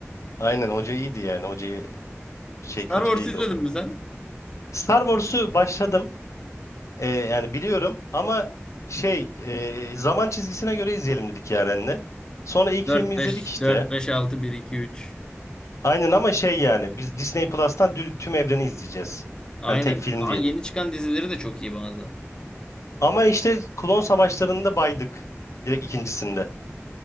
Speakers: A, on the left (about 80°); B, on the left (about 15°).
A: aynen hoca iyiydi yani hocayı Şey
B: Star
A: kötü
B: Wars
A: değildi
B: izledin
A: o kadar.
B: mi sen?
A: Star Wars'u başladım. Ee, yani biliyorum ama şey e, zaman çizgisine göre izleyelim dedik Yaren'le. Sonra ilk
B: Dört
A: filmi izledik
B: beş
A: işte.
B: dört beş altı bir iki üç
A: Aynen ama şey yani biz Disney Plus'tan dü- tüm evreni izleyeceğiz.
B: Aynen.
A: Hani tek film
B: Kaan
A: değil.
B: yeni çıkan dizileri de çok iyi bazı.
A: Ama işte Klon Savaşları'nda baydık. Direkt ikincisinde.